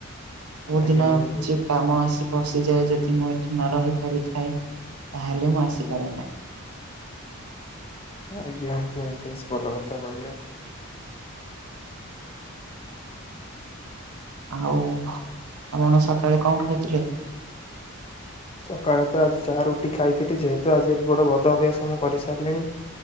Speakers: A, on the right; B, on the left.
A: କୋଦିନ
B: ଆଜ୍ଞା ଆଜ୍ଞା
A: କିଛି କାମ ଆସି ପଶିଯାଏ ଯଦି ମୁଁ ଏଠି ନ ରହି ପାରିଥାଏ ତାହେଲେ ମୁଁ ଆସିପାରେ ନାଁ।
B: ଆଜ୍ଞା ଆଜ୍ଞା ବେଶ୍ ଭଲ କଥା କହିଲେ।
A: ଆଉ ଆପଣ ସକାଳେ କଣ ଖାଇଥିଲେ?
B: ସକାଳେ ତ ଆଜି ଚା ରୁଟି ଖାଇଥିଲି ଯେହେତୁ ଆଜି ଏବେ ବଡ ବଦ ଅଭ୍ୟାସ ମୁଁ କରିସାରିଲିଣି।